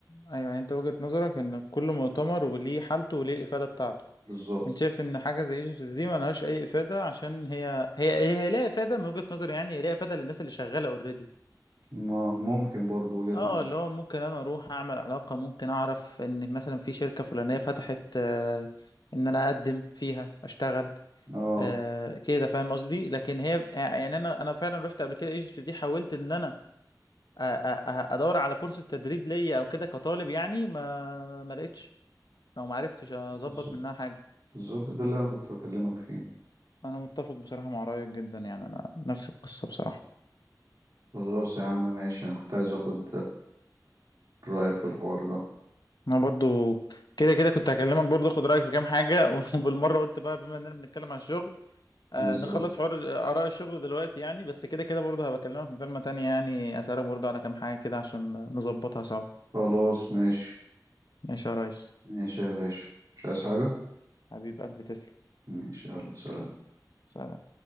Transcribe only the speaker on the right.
بالظبط
ما ممكن برضو وجهة
نظر
اه
بالظبط
بالظبط ده اللي انا كنت بكلمك فيه
خلاص يا عم ماشي انا كنت عايز اخد رأيك في الحوار ده
بالظبط
خلاص ماشي
ماشي يا باشا مش عايز حاجة
ماشي يلا سلام